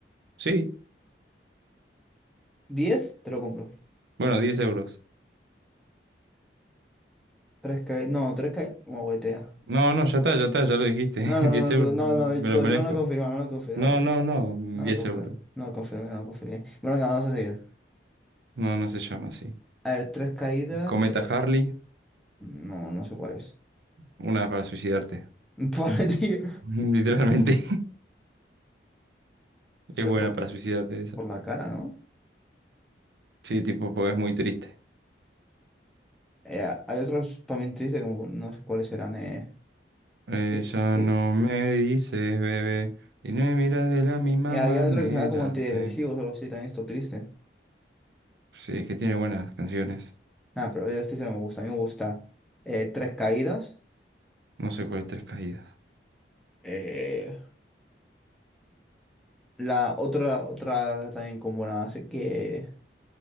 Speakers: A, on the right; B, in the centre.
A: Sí,
B: diez te lo compro.
A: bueno, 10 euros.
B: Tres caídas. No, tres caídas. Como huetea.
A: No, no, ya está, ya está, ya lo dijiste.
B: No,
A: <laughs>
B: no, no,
A: diez
B: no,
A: euros,
B: todo- no,
A: me
B: no, es
A: lo
B: todo-
A: merezco.
B: no lo confirma, no lo confirma.
A: No, no, no,
B: No lo
A: 10
B: confirma,
A: euros.
B: no lo confirma, no lo confirma. Bueno, venga, vamos a seguir.
A: No, no se llama así.
B: A ver, tres caídas.
A: Cometa
B: eh,
A: Harley,
B: no, no sé cuál es.
A: una para suicidarte.
B: <laughs> Vale, tío.
A: <laughs> Literalmente, <laughs> es
B: Pero
A: buena
B: por,
A: para suicidarte esa.
B: por la cara, ¿no?
A: Sí, tipo, porque es muy triste.
B: Eh, hay otros también tristes, como no sé cuáles serán. Eh,
A: Ella
B: que, que-
A: no me dice, bebé, y no me mira de la misma
B: eh, había
A: manera.
B: otro que se llama como antidepresivos
A: se-
B: o algo así, también esto triste.
A: Sí, es que tiene buenas canciones.
B: Ah, pero este sí no me gusta. A mí me gusta eh, Tres Caídas.
A: No sé cuál es Tres Caídas.
B: eh, la otra, otra también con buena base que.